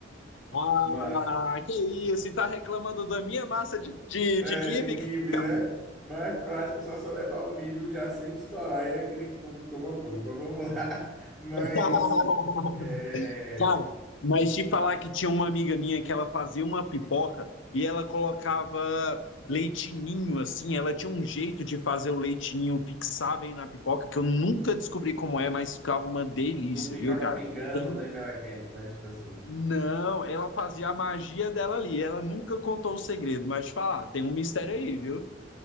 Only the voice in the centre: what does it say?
Mas,
é,
de quibe,
né? Mais prático só só levar o milho já sem estourar e é aquele que o povo coma puro, mas vamos lá. <laughs> Mas
é,
não ficava
pingando
nem melequento, né? Tipo assim,